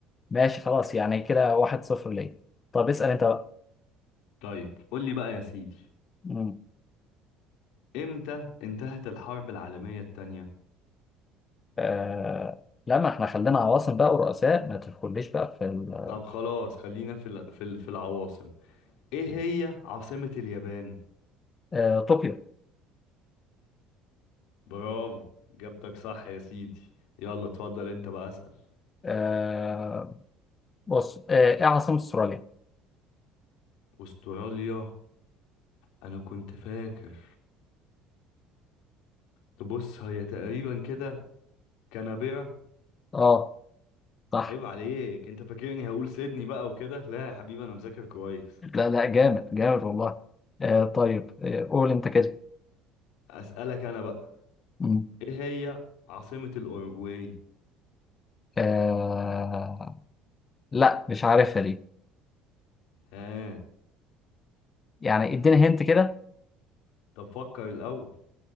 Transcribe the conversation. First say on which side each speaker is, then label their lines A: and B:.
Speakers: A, on the left (about 20°); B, on the left (about 75°).
A: ماشي خلاص يعني كده واحد صفر ليه طب اسأل أنت بقى
B: طيب قول لي بقى يا سيدي
A: مم.
B: امتى انتهت الحرب العالمية التانية
A: آه لا ما احنا خلينا عواصم بقى ورؤساء ما تدخليش بقى في ال...
B: طب خلاص خلينا في ال... في ال... في العواصم ايه هي عاصمة اليابان
A: آه طوكيو
B: برافو جبتك صح يا سيدي يلا اتفضل انت بقى اسأل
A: آه بص آه ايه عاصمة استراليا؟
B: استراليا انا كنت فاكر تبص هي تقريبا كده كانبرا
A: اه صح
B: عيب عليك انت فاكرني هقول سيدني بقى وكده لا يا حبيبي انا مذاكر كويس
A: لا لا جامد جامد والله آه طيب آه قول انت كده
B: اسألك انا بقى
A: مم.
B: ايه هي عاصمة الاوروجواي
A: آه لا مش عارفها دي
B: ها
A: يعني اديني هنت كده
B: طب فكر الاول